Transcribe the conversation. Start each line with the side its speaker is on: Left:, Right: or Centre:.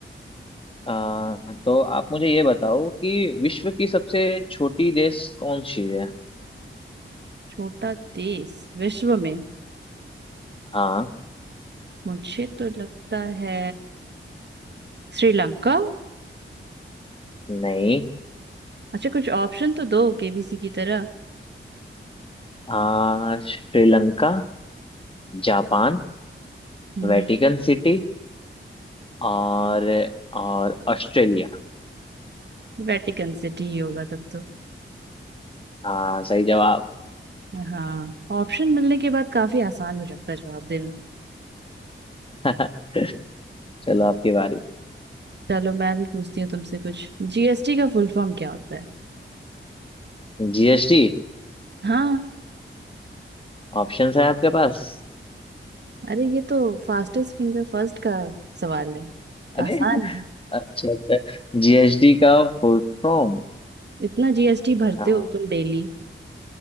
Left: आ, तो आप मुझे ये बताओ कि विश्व की सबसे छोटी देश कौन सी है
Right: छोटा देश विश्व में
Left: हाँ
Right: मुझे तो लगता है श्रीलंका
Left: नहीं
Right: अच्छा कुछ ऑप्शन तो दो केबीसी की तरह
Left: आ, श्रीलंका जापान
Right: हम्म
Left: वेटिकन सिटी और और ऑस्ट्रेलिया
Right: वेटिकन सिटी ही होगा तब तो
Left: हाँ सही जवाब
Right: हाँ ऑप्शन मिलने के बाद काफी आसान हो जाता है जवाब देना
Left: <laughs> चलो आपकी बारी
Right: चलो मैं भी पूछती हूँ तुमसे कुछ जीएसटी का फुल फॉर्म क्या होता है
Left: जीएसटी
Right: हाँ,
Left: ऑप्शंस है आपके पास
Right: अरे ये तो फास्टेस्ट फिंगर फर्स्ट का सवाल है
Left: अरे
Right: आसान है
Left: अच्छा अच्छा जीएसटी का फुल फॉर्म
Right: इतना जीएसटी भरते
Left: हाँ
Right: हो तुम डेली